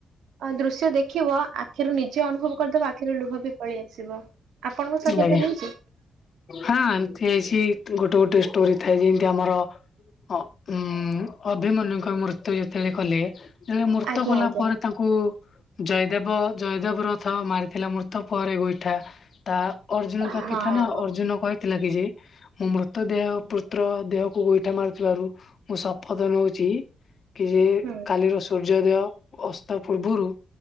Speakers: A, on the right; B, on the left.
A: ଗୋଟେ ଦୃଶ୍ୟ ଦେଖିବ ଆଖିରୁ ନିଜେ ଅନୁଭବ କରିଦବ ଆଖିରୁ ଲୁହ ବି ପଳେଇ ଆସିବ। ଆପଣଙ୍କ ସହ
B: ଆଜ୍ଞା
A: କେବେ ହେଇଛି?
B: ହଁ ଏମତି ହେଇଛି ଗୋଟେ ଗୋଟେ ଷ୍ଟୋରି ଥାଏ ଯେମିତି ଆମର ଅ ଉଁ ଅଭିମନ୍ୟୁଙ୍କ ମୃତ୍ୟୁ ଯେତେବେଳେ କଲେ ତାଙ୍କ ମୃତ
A: ଆଜ୍ଞା
B: କଲା
A: ଆଜ୍ଞା
B: ପରେ ତାଙ୍କୁ କୁ ଜୟଦେବ ଜୟଦେବ ରଥ ମାରିଥିଲା ମୃତ ପରେ ଗୋଇଠା ତା ଅର୍ଜୁନ ତା
A: ହଁ
B: ପିତା ନା ଅର୍ଜୁନ କହିଥିଲା କି ଯେ ମଁ ମୃତ ଦେହ ପୁତ୍ର ଦେହକୁ ଗୋଇଠା ମାରୁଥିବାରୁ ମୁଁ ଶପଥ ନଉଛି କି ଯେ
A: ହୁଁ
B: କାଲିର ସୂର୍ଯ୍ୟୋଦୟ ଅସ୍ତ ପୂର୍ବରୁ